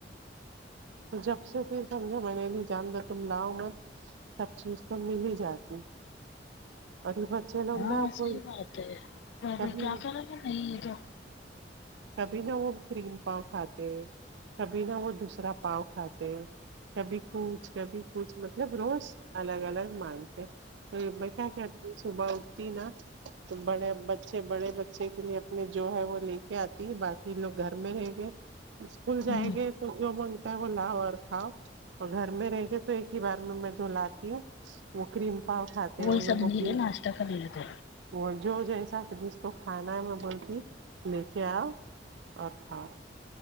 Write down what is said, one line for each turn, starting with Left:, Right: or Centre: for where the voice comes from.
Right: تو جب سے پھر سمجھو میں نے لی جان د تم لاؤ مت سب چیز تو مل ہی جاتی پری بچ لگ
Left: ہاں
Right: نہا کوئی
Left: صحیح بات ہے پہلے
Right: کب
Left: کیا
Right: ہ
Left: کریں گے نہیں یہ
Right: کبھی نہ وہ کریم پاؤ کھاتے ہیں کبھی نہ وہ دوسرا پاؤ کھاتے کبھی کچھ کبھی کچھ مطلب روز الگ الگ مانگتے میں کیا کرتی ہوں صبح اٹتی نا تو بڑے بچے بڑے بچے کے لیے اپنے جو ہے وہ لے کے آتی ہے باقی لوگ گھر میں رہ گئے اسکول
Left: تو
Right: جائیں گے تو جو من وہ لاؤ اور کھؤ اور گھر میں رہ کے تو ایک ہی بار میں میں جو لاتی ہوں وہ کریم پاؤ کھاتے
Left: وہی
Right: ہیں ان
Left: سب
Right: لوگوں
Left: نیلے
Right: کی
Left: ناشتہ کر لیتے
Right: وہ جو جیسا جس کو کھانا ہے میں بولتی لے کے آؤ اور کھاؤ